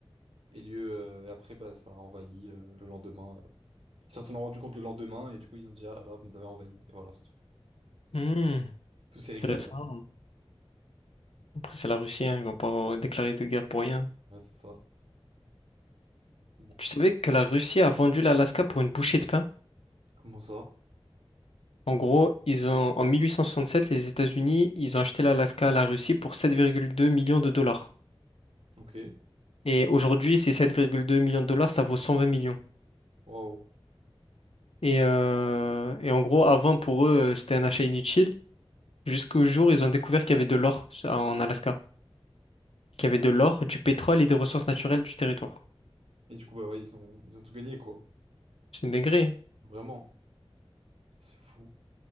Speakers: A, on the right; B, on the left.
A: Et lieu, euh, et après, bah, ça a envahi euh, le lendemain. euh. Ils s'en sont rendu compte le lendemain et du coup, ils ont dit, ah là là, vous nous avez envahi. Et voilà, c'est tout.
B: Hmm,
A: Tout s'est réglé
B: intéressant.
A: à la
B: hein. Après, c'est la Russie, hein, ils vont pas déclarer de guerre pour rien.
A: Ouais, c'est ça. Bon.
B: Tu savais que la Russie a vendu l'Alaska pour une bouchée de pain?
A: Comment ça?
B: En gros, ils ont, en 1867, les États-Unis, ils ont acheté l'Alaska à la Russie pour 7,2 millions de dollars.
A: Ok.
B: Et aujourd'hui, ces 7,2 millions de dollars, ça vaut 120 millions.
A: Waouh.
B: Et, euh, et en gros, avant, pour eux, euh, c'était un achat inutile, jusqu'au jour où ils ont découvert qu'il y avait de l'or en Alaska, qu'il y avait de l'or, du pétrole et des ressources naturelles du territoire.
A: Et du coup, bah ouais, ils ont, ils ont tout gagné, quoi.
B: C'est une dinguerie, hein.
A: Vraiment. C'est fou.